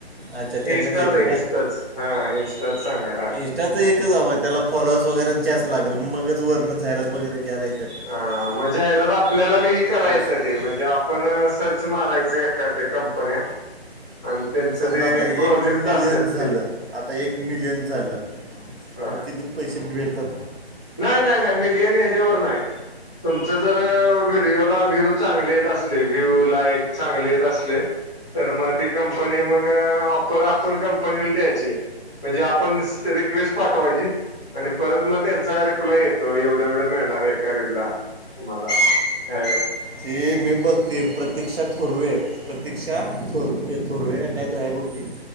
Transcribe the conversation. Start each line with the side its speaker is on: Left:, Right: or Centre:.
Right: अच्छा त्यांनाच
Centre: इस्टाच
Right: येते
Centre: आहे इस्टच हा इंस्टाच सांगतात.
Right: इं्स्टाचं एकच हवं त्याला फॉलोअर्स वगैरेच जास्त लागेल मगच वरणं जाहिरात वगैरे घ्यायला येत.
Centre: ह मग जाहिरात आपल्याला बी हे करायेतं
Right: पैसे
Centre: ते म्हणजे - पण सर्च मारायच एखाद्या कंपन्या - आणि त्यांचं
Right: समजा
Centre: ते
Right: आता एक
Centre: प्रोजेक्ट
Right: मिलियन
Centre: असतात
Right: झालं
Centre: ते -
Right: आता एक मिलियन झालं
Centre: हा
Right: मग किती पैसे भेटतात.
Centre: नाही नाही नाही मिलियन ह्याच्यावर नाही. तुमच जर व्हिडिओला व्ह्यू चांगले येत असले व्ह्यू लाईक चांगले येत असले. तर मग ती कंपनी मग ऑफर आपण कंपनीला द्यायची. म्हणजे आपण रिक्वेस्ट पाठवायची आणि परत मग त्यां चा रिप्लाय येतो एवढं एवढं मिळणार एिला तुम्हाला. हा.
Right: ते मी ब ते प्रतीक्षा थोरवे प्रतीक्षा थोरक थोरवे का कायत रा आहे बघ ते.